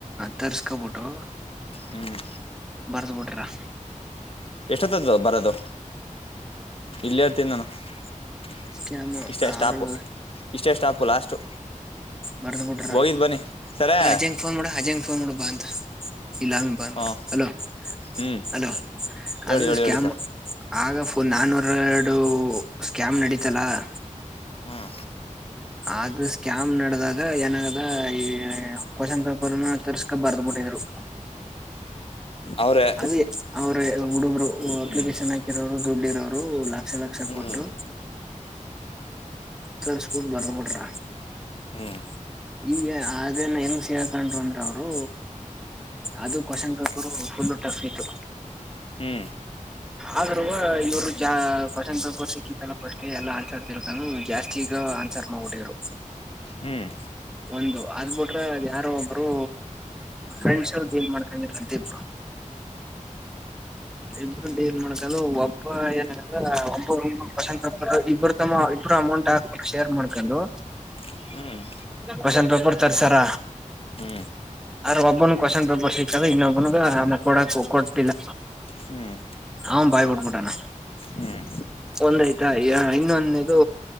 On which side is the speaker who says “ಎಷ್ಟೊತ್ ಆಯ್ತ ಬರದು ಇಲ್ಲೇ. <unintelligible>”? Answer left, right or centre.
Left